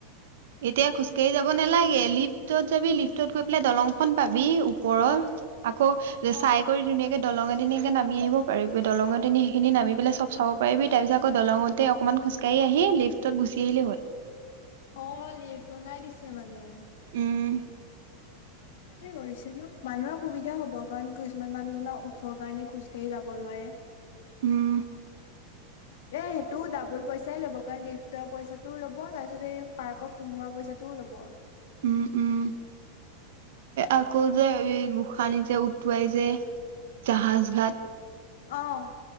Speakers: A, on the right; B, on the left.
A: এতিয়া খোজকাঢ়ি যাব নালাগে লিফ্টত যাবি লিফ্টত গৈ পেলাই দলংখন পাবি ওপৰৰ আকৌ যে
B: অ
A: চাই কৰি ধুনীয়াকে দলঙে তেনীকে নামি আহিব পাৰিবি দলঙে নি সেইখিনি নামি পেলাই চব চাব পাৰিবি তাৰ পিছত আকৌ দলঙত অকমান খোজকাঢ়ি লেফটতুি আহিল হল
B: অ লিভ বনাই দিছে মানে
A: উম
B: সে কৰিছে ন মানুহৰ সুবিধা হব কাৰণ কিছুমান মানুহজনক ওখৰ কাৰণে খোজ কাঢ়ি যাব নোৱাৰে
A: উম
B: এ সেইটো ডাবুল পইচাই ল'ব কাৰণ লিফ্টৰ পইচাটোও ল'ব তাৰপিছত এই পাৰ্কত সোমোৱা পইচাটোও ল'ব
A: উম উম আকৌ যে এই গোস নি যে উটুৱাই যে জাহাজ ঘাট
B: অঁ